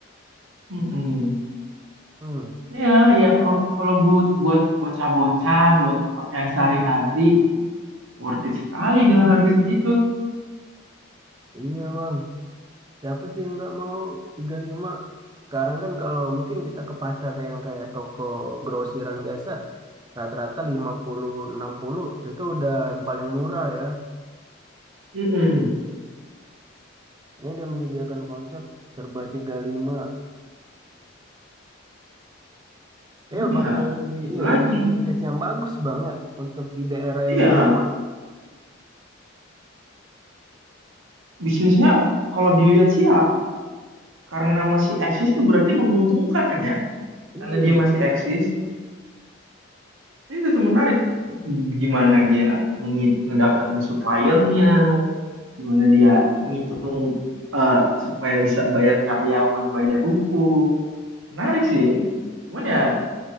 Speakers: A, on the right; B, on the right.
A: mm-mm.
B: Hmm,
A: ya ya kalau kalau buat buat bocah-bocah buat pakaian sehari-hari worth it sekali dengan harga segitu
B: iya bang, siapa sih yang nggak mau tiga puluh lima Sekarang kan kalau mungkin kita ke pasar yang kayak toko grosiran biasa, rata-rata lima puluh enam puluh itu udah yang paling murah ya.
A: mm
B: Ini dia menyediakan konsep serba tiga puluh lima
A: cuman
B: Ya bakal
A: ya
B: jadi
A: itu
B: ya,
A: lagi
B: ide bisnis yang bagus banget untuk di daerah
A: iya
B: yang belum
A: bisnisnya kalau dilihat sih ya karena masih eksis tuh berarti menguntungkan kan ya
B: Iya.
A: karena dia masih eksis Iya, Itu tuh menarik. Gimana dia ngi- ngedapetin suppliernya, gimana dia ngitung eh, supaya bisa bayar karyawan, bayar ruko. Menarik sih. Cuman ya